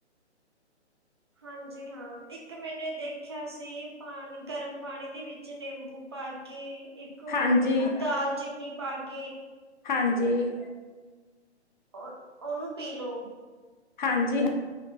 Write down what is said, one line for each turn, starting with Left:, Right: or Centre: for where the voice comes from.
Right: ਹਾਂਜੀ ਹਾਂ। ਇੱਕ ਮੈਨੇ ਦੇਖਿਆ ਸੀ, ਪਾਣੀ ਗਰਮ ਪਾਣੀ ਦੇ ਵਿੱਚ ਨਿੰਬੂ। ਪਾ ਕੇ, ਇੱਕ ਹੋਰ
Left: ਹਾਂਜੀ
Right: ਦਾਲਚੀਨੀ ਪਾ ਕੇ,
Left: ਹਾਂਜੀ।
Right: ਉਹ ਉਹਨੂੰ ਪੀ ਲੋਓ।
Left: ਹਾਂਜੀ, ਹ-